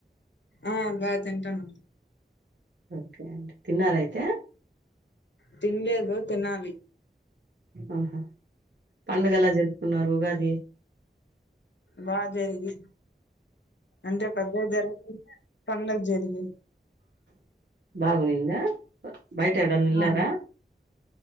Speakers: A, on the left (about 75°); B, on the right (about 70°).
A: ఆ బా తంటాను
B: ఓకే అండి తిన్నారయితే
A: తిండేదు తినాలి
B: ఆహా పండుగ ఎలా జరుపుకున్నారు ఉగా అ
A: బాగా జరిగి అంటే పెద్దది జరకు పంగ జరిగింది
B: బాగులింద బయట ఎడాని ఇలారా
A: ఆ